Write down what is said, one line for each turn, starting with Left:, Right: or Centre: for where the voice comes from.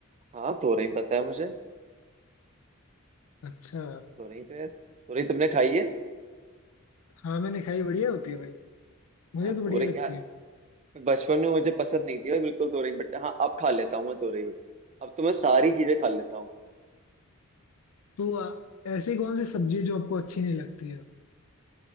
Right: हाँ तोरई पता है मुझे
Left: अच्छा
Right: तोरई तो यार तोरई तुमने खाई है
Left: हाँ मैंने खाई बढ़िया होती है भाई मुझे
Right: हाँ
Left: तो बढ़िया
Right: तोरई
Left: लगती
Right: यार
Left: है
Right: बचपन में मुझे पसंद नहीं थी और बिल्कुल तोरई बट हाँ अब खा लेता हूँ मैं तोरई अब तो मैं सारी चीजें खा लेता हूँ
Left: तो आ, ऐसी कौन सी सब्जी जो आपको अच्छी नहीं लगती है